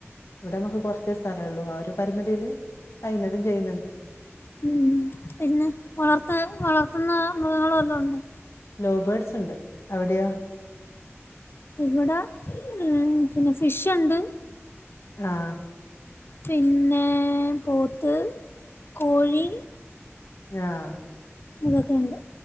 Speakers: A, on the left (about 70°); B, on the left (about 50°).
A: ഇവിടെ നമുക്ക് കുറച് സ്ഥലൊള്ളൂ ആ ഒരു പരിമിതില് കഴിയ്ണതും ചെയ്ണ്ട്.
B: ഉം പിന്നെ വളർത് വളർത്തുന്ന മൃഗങ്ങള് വല്ലതും ഉണ്ടോ?
A: ലൗ ബേർഡ്സ് ഉണ്ട് അവിടെയോ?
B: ഇവിടെ ഉം പിന്നെ ഫിഷുണ്ട്.
A: ആഹ.
B: പിന്നേ പോത്ത് കോഴി.
A: ആഹ.
B: അതൊക്കെണ്ട്.